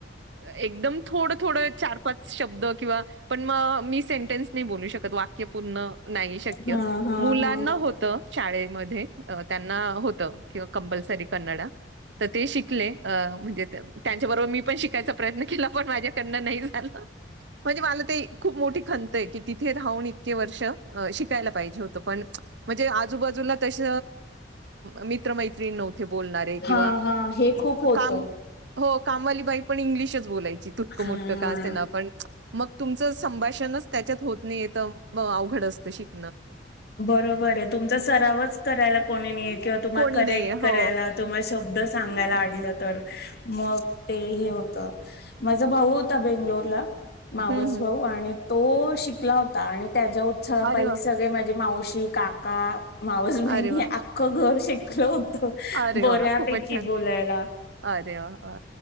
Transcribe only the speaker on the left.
हा हा
हा
हा हा हे खूप होत
हा
बरोबरे तुमचा सरावच करायला कोणी नाही किंवा तुम्हाला
करेक्ट
करायला.
तुम्हाला शब्द सांगायलालं आडल तर मग ते होत माझ भाऊ होता, बेंगलोरला मावस
भाऊ आणि तो शिकला होता आणि त्याच्या उत्साहा
पाई
माझी मावशी, काका मावस बहिणी,
आख्खं घर शेकलं होत
बऱ्यापैकी
बोलायला.